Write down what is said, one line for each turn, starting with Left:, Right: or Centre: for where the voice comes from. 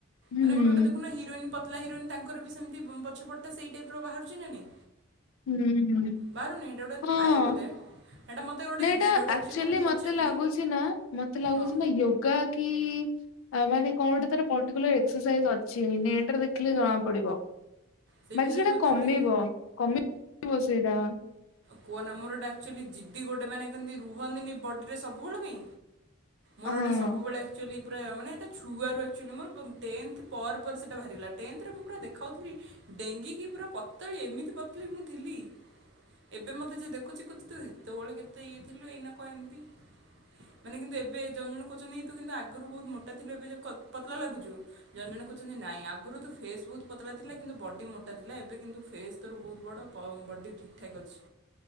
Left: ହୁଁ।
Right: ମାନେ ଗୋଟେ ଗୋଟେ ଦେଖୁନ ହିରୋଇନ୍ ପତଲା ହିରୋଇନ୍ ତାଙ୍କର ବି ସେମିତି ପଛପଟଟା ସେଇ ଟାଇପ୍ ର ବାହାରୁଚି ନା ନାଇଁ।
Left: ହୁଁ ହଁ
Right: ବାହାରୁନି ଏଇଟା ଗୋଟେ
Left: ହଁ
Right: ଥାଏ ବୋଧେ। ଏଇଟା ମୋତେ ଗୋଟେ
Left: ନା ଏଇଟା
Right: ଝିଅଟା
Left: ଆକ୍
Right: ଆକ୍ଚୁଆଲି
Left: ଚୁଲି
Right: ମୁଁ
Left: ମତେ
Right: ପଚାରିଥିଲି
Left: ଲାଗୁଛି ନା ମତେ ଲାଗୁଚି
Right: ହଁ
Left: ନା ଯୋଗା କି ଆ ମାନେ କଣ ଗୋଟେ ତାର ପର୍ଟିକୁଲାର୍ ଏକସସାଇଜ ଅଛି ନେଟ୍ ରେ ଦେଖଲେ ଜଣା ପଡିବ।
Right: ସେଇ
Left: ବାକି
Right: ନାଇଁ
Left: ସେଟା
Right: ମୋତେ
Left: କମେଇବ
Right: ଗୋଟେ
Left: କମେଇ ବସେଇଟା
Right: କୁଅ ନାମରଟା ଆକ୍ଚୁଲି ଜିଦି ଗୋଟେ ମାନେ କେମ୍ତି ରୁହନ୍ତିନି ବଡିରେ ସବୁବେଳେ ପାଇଁ ମୋର
Left: ହଁ।
Right: ଏଇଟା ସବୁବେଳେ ଆକ୍ଚୁଆଲି ପୁରା ମାନେ ଏଇଟା ଛୁଆରୁ ଆକ୍ଚୁଆଲି ମୋର ଟେନ୍ଥ ପରେ ପରେ ସେଇଟା ବାହାରିଲା ଟେନ୍ଥରେ ମୁଁ ପୁରା ଦେଖାଉଥିଲି ଡେଙ୍ଗୀ ହେଇକି ପୁରା ପତଳି ଏମିତି ପତଲି ମୁଁ ଥିଲି। ଏବେ ମତେ ଯ ଦେଖୁଚି କହୁ ତୁ ସେତେବେଳେ କେତେ ଇଏ ଥିଲୁ ଏଇନା କଣ ଏମିତି ମାନେ କିନ୍ତୁ ଏବେ ଜଣେ ଜଣ କହୁଚନ୍ତି କି ତୁ କିନ୍ତୁ ଆଗରୁ ବହୁତ ମୋଟା ଥିଲୁ ଏବେ ଯେ ପତଲା ଲାଗୁଚୁ ଜନେ ଜଣେ କହୁଛନ୍ତି ନାଇଁ ଆଗରୁ ତୋ ଫେସ୍ ବହୁତ ପତଲା ଥିଲା କିନ୍ତୁ ବଡି ମୋଟା ଥିଲା ଏବେ କିନ୍ତୁ ଫେସ୍ ତୋର ବହୁତ ବଡ ପ ବଡି ଠିକ ଠିକ୍ ଅଛି।